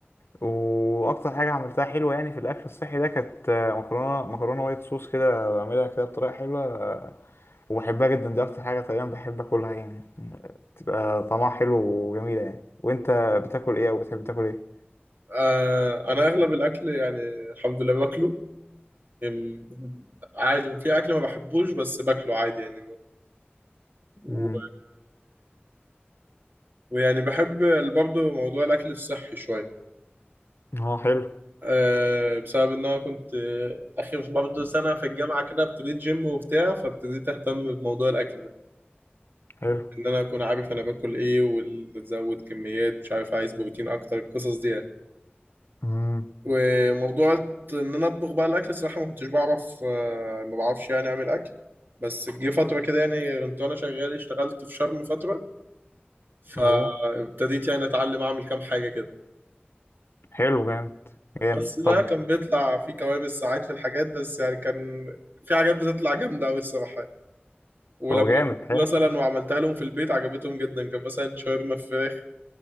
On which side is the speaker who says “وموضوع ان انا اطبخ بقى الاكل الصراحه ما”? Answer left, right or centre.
Right